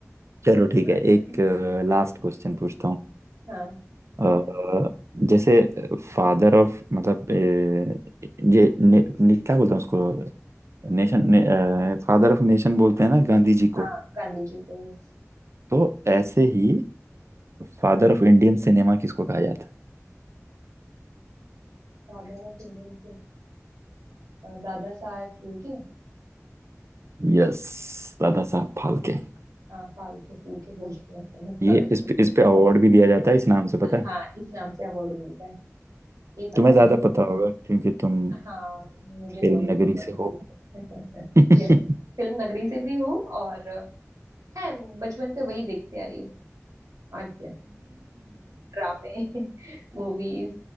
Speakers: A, on the right; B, on the right.
A: चलो ठीक
B: थोड़ा
A: है
B: तो मैं
A: एक
B: भी सोचूंगी
A: लास्ट क्वेश्चन पूछता हूँ
B: हाँ
A: अ, जैसे फादर ऑफ मतलब अ, ये ने, ने, क्या बोलते हैं उसको नेशन ने, फादर ऑफ नेशन बोलते हैं ना गांधी जी
B: हाँ
A: को
B: गांधी जी को yes
A: तो ऐसे ही फादर ऑफ इंडियन सिनेमा किसको कहा जाता
B: Father of Indian Dada Saheb फूके
A: है यस दादा साहब फाल्के
B: हाँ फाल्के फूके बोलते हैं <laughs> सॉरी
A: ये इस पे इस पे अवार्ड भी दिया जाता है इस नाम से पता है
B: हाँ इस नाम से अवार्ड मिलता है ये पता
A: तुम्हें
B: है
A: ज्यादा
B: मुझे
A: पता होगा क्योंकि तुम
B: हाँ मुझे
A: फिल्म
B: बॉलीवुड
A: नगरी
B: बहुत
A: से हो
B: पसंद है <laughs>
A: <laughs> हम्म
B: यस फिल्म नगरी से भी हूँ और है बचपन से वही देखते आई हूँ और क्या ड्रामे <laughs> मूवीज